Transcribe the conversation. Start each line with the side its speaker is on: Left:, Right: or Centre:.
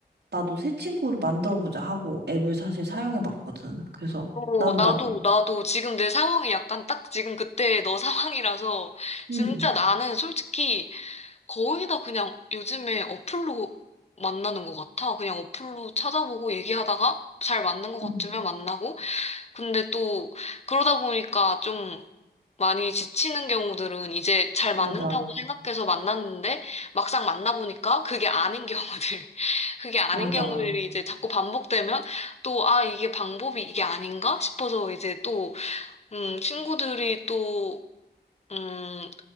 Right: 나도 새 친구를 만들어 보자 하고 앱을 사실 사용해 봤거든. 그래서
Left: 어,
Right: 나도
Left: 나도,
Right: 만,
Left: 나도 지금 내 상황이 약간 딱 지금 그때 너 <laughs> 상황이라서,
Right: 음,
Left: 진짜 나는 솔직히 거의 다 그냥 요즘에 어플로 만나는 것 같아. 그냥 어플로 찾아보고 얘기하다가 잘 맞는 것 같으면
Right: 음,
Left: 만나고, 근데 또 그러다 보니까 좀 많이 지치는 경우들은 이제 잘
Right: 맞아,
Left: 맞는다고 생각해서 만났는데 막상 만나보니까 그게 아닌 경우들, <laughs> 그게 아닌
Right: 맞아.
Left: 경우들이 이제 자꾸 반복되면 또 아, 이게 방법이 이게 아닌가 싶어서 이제 또, 음, 친구들이 또, 음,